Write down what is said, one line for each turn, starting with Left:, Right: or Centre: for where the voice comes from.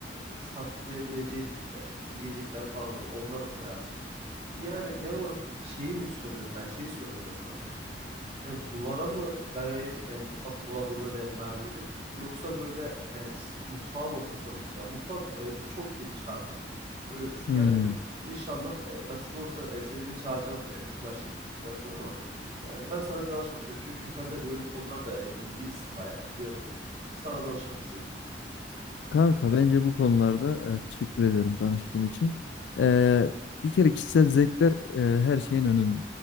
Right: e, saklayabileceğin e, yiyecekler falan olur. Onları koyarsın. Yani genel olarak şeyi mi soruyor? Yani şeyi soruyorum ben sana aslında. kanka. Ya duvara mı dayayım e, mutfak dolabını ve mermeri yoksa böyle e, s- mutfağın ortasına mı? olsun? Yani mutfak e, çok geniş kanka. Öyle düşün.
Left: hmm.
Right: Gerçekten çok. İnşallah e, nasip olursa e, seni de çağıracağım e, bütün her şey bittikten sonra ama yani ben sana bir danışmak istedim. Çünkü sen de böyle konularda e, bilgilisin bayağı biliyorum. Sana danışmak istedim kanka.
Left: Kanka bence bu konularda e, teşekkür ederim tanıştığın için. E, bir kere kişisel zevkler e, her şeyin önünde.